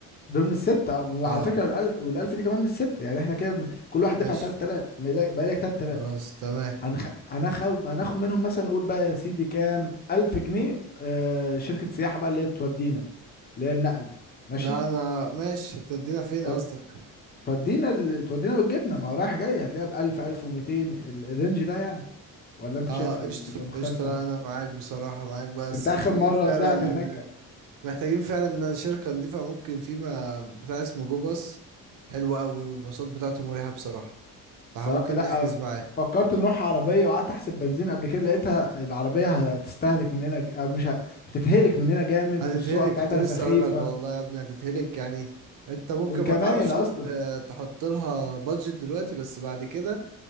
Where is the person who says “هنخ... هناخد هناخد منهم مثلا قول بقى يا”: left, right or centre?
Left